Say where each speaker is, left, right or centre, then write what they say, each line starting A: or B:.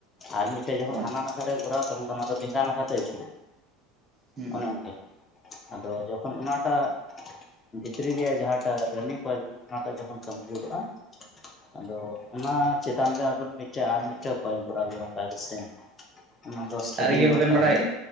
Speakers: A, on the left; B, on the right.
A: ᱟᱨ ᱢᱤᱫᱴᱮᱱ ᱡᱚᱠᱷᱚᱱ
B: ᱦᱳᱭ
A: ᱦᱟᱱᱟ ᱱᱟᱠᱷᱟ ᱨᱮ ᱠᱩᱨᱟᱣ ᱛᱚᱠᱷᱚᱱ ᱫᱚ ᱚᱱᱟ ᱫᱚ ᱰᱮᱸᱜᱟ ᱱᱟᱠᱷᱟᱛᱮ ᱟᱹᱪᱩᱨᱚᱜ-ᱟ᱾
B: ᱦᱩᱸ
A: ᱚᱱᱮ ᱚᱱᱠᱟᱜᱮ ᱟᱫᱚ ᱡᱚᱠᱷᱚᱱ ᱚᱱᱟᱴᱟᱜ ᱵᱷᱤᱛᱨᱤ ᱨᱮᱭᱟᱜ ᱡᱟᱦᱟᱸᱴᱟᱜ ᱴᱟᱨ ᱨᱟᱱᱤᱝ ᱠᱚᱭᱮᱞ ᱚᱱᱟᱴᱟᱜ ᱡᱚᱠᱷᱚᱱ ᱠᱚᱢᱯᱞᱤᱴᱚᱜ-ᱟ ᱟᱫᱚ ᱚᱱᱟ ᱪᱮᱛᱟᱱ ᱨᱮ ᱟᱵᱟᱨ ᱢᱤᱴᱮᱱ ᱟᱨ ᱢᱤᱫᱴᱮᱱ ᱵᱟᱹᱧ ᱠᱚᱨᱟᱣ ᱦᱚᱭᱚᱜ-ᱟ ᱚᱱᱠᱟ ᱜᱮ ᱥᱮ ᱚᱱᱟ ᱫᱚ ᱥᱴᱟᱴᱤᱝ
B: ᱟᱨ ᱤᱭᱟᱹ
A: ᱵᱟᱫ
B: ᱦᱚᱸᱵᱮᱱ
A: ᱛᱟᱦᱮᱱᱟ
B: ᱵᱟᱲᱟᱭ